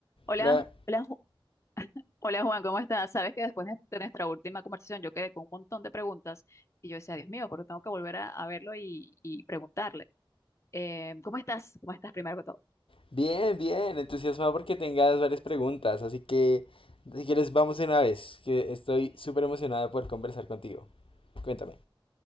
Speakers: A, on the left; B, on the left.
A: Hola,
B: La-
A: hola, Ju- hola Juan, ¿cómo estás? Sabes que después de de nuestra última conversación yo quedé con un montón de preguntas y yo decía, Dios mío, porque tengo que volver a, a verlo y, y preguntarle. Eh, ¿cómo estás? ¿Cómo estás primero que todo?
B: Bien, bien, entusiasmado porque tengas varias preguntas, así que si quieres vamos de una vez, que estoy súper emocionada de poder conversar contigo. Cuéntame.